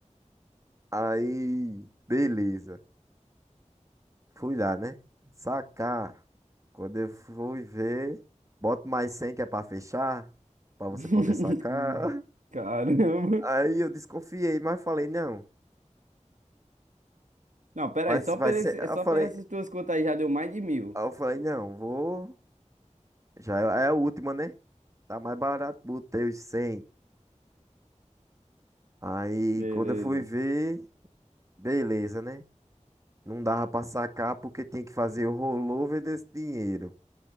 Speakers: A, on the right (about 25°); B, on the right (about 75°).
A: Aí, beleza. Fui lá, né? Sacar. Quando eu fui ver, boto mais 100 que é pra fechar, pra você
B: <laughs>
A: poder sacar.
B: Caramba.
A: <laughs> Aí eu desconfiei, mas falei, não,
B: Não, pera
A: vai,
B: aí, só
A: vai
B: por
A: ser.
B: esse,
A: Eu
B: só
A: falei,
B: por essas tuas contas aí já deu mais de mil.
A: eu falei, não, vou. Já é é a última, né? Tá mais barato, botei os 100. Aí,
B: Beleza.
A: quando eu fui ver, beleza, né? Não dava pra sacar porque tinha que fazer o rollover desse dinheiro.